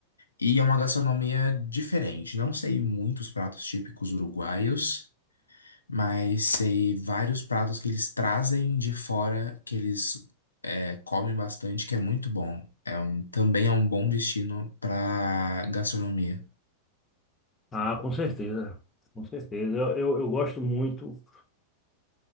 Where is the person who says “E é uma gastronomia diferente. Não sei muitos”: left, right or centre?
Left